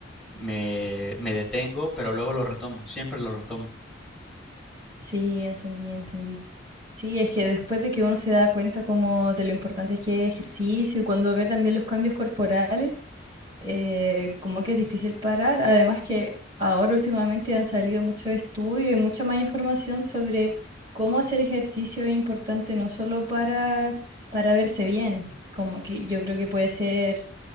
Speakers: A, in the centre; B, on the right.
A: me, me detengo, pero luego lo retomo, siempre lo retomo.
B: Sí, entendí, entendí. Sí, es que después de que uno se da cuenta como de lo importante que es ejercicio y cuando ve también los cambios corporales, eh, como que es difícil parar. Además que ahora últimamente han salido muchos estudios y mucha más información sobre cómo hacer ejercicio es importante no solo para, para verse bien, como que yo creo que puede ser